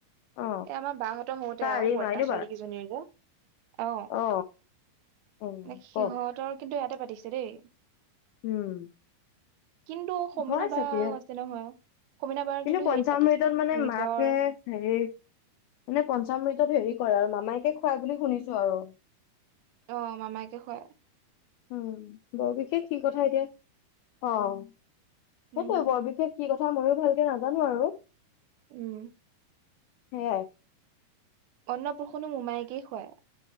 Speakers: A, on the left (about 85°); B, on the right (about 85°).
A: অ
B: এ আমাৰ বাহতৰ হওঁতে
A: কাৰ
B: আৰু
A: এই
B: বৰ্তা
A: মাইনু
B: ছোৱালী
A: বাৰ
B: কেইজনীৰ যে। অহ।
A: অ উম
B: নে সিহঁতৰ
A: ক
B: কিন্তু ইয়াতে পাতিছে দেই।
A: উম
B: কিন্তু সমনা
A: হয় চাগে
B: বা আছে নহয় সমীনা বাৰ
A: কিন্তু
B: হেৰিত
A: পঞ্চামভৃতত
B: পাতিছে
A: মানে
B: নিজৰ
A: মাকে হেৰি মানে পঞ্চমমৃতত হেৰি কৰে আৰু মামাইকে খুৱাই বুলি শুনিছো আৰু।
B: অ মামায়কে খুৱায়।
A: উম বৰ বিশেষ সি কথা এতিয়া অ সেইটোৱে
B: উম
A: বৰ বিশেষ কি কথা ময়ো ভালকে নাজানো আৰু
B: উম
A: সে
B: অন্নপুষুনো মোমায়কেই খুৱায়